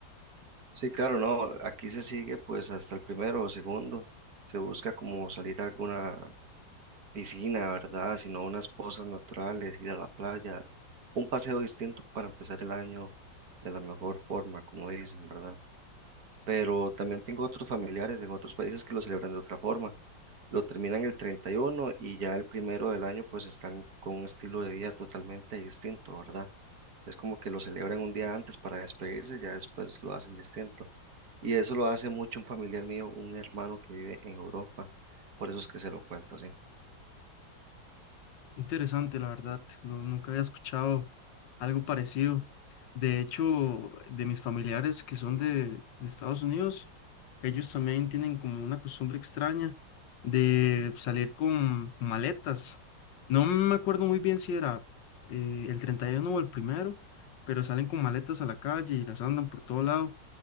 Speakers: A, on the right; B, on the left.
A: Sí, claro, no, aquí se sigue pues hasta el primero o segundo, se busca como salir a alguna piscina, ¿verdad? Sino unas pozas naturales, ir a la playa, un paseo distinto para empezar el año de la mejor forma, como dicen, ¿verdad? pero también tengo otros familiares en otros países que lo celebran de otra forma. Lo terminan el 31 y uno y ya el primero del año pues están con un estilo de vida totalmente distinto, ¿verdad? Es como que lo celebran un día antes para despedirse ya después lo hacen distinto. Y eso lo hace mucho un familiar mío, un hermano que vive en Europa. Por eso es que se lo cuento así.
B: Interesante, la verdad, no, nunca había escuchado algo parecido. De hecho, de mis familiares que son de, de Estados Unidos, ellos también tienen como una costumbre extraña de salir con, con maletas. No me acuerdo muy bien si era eh, el 31 o el primero, pero salen con maletas a la calle y las andan por todo lado.